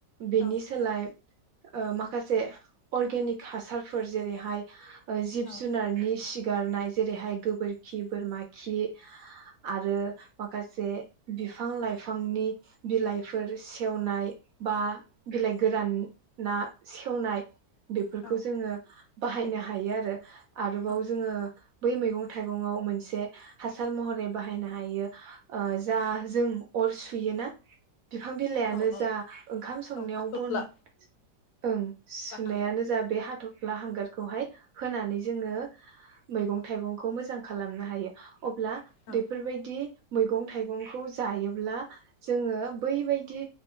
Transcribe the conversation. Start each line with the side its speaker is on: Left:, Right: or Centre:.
Right: बेनि
Left: औ
Right: सोलाय माखासे अरगेनिक हासारफोर जेरैहाय जिब
Left: औ
Right: जुनारनि सिगारनाय जेरैहाय गोबोरखि बोरमा खि आरो माखासे बिफां लाइफांनि बिलाइफोर सेवनाय बा बिलाइ गोरान ना। सेवनाय बेफोरखौ
Left: औ
Right: जोङो बाहायनो ह हायो आरो आरोबाव
Left: औ
Right: जोङो बै मैगं थाइगं आव मोनसे हासार महरै बाहायनो हायो ओ जा जों अर सुयोना बिफां बिलाइआनो
Left: औ
Right: जा ओंखाम बन
Left: औ हाथ'फ्ला
Right: ओं सुनायानो
Left: बा हांगार
Right: जा बे हाथफ्ला हांगारखौ हाय होनानै जोङो मैगं थाइगंखौ मोजां खालामनो हायो अब्ला
Left: औ
Right: बेफोरबायदि मैगं थाइगंखौ जायोब्ला जोङो बैबायदि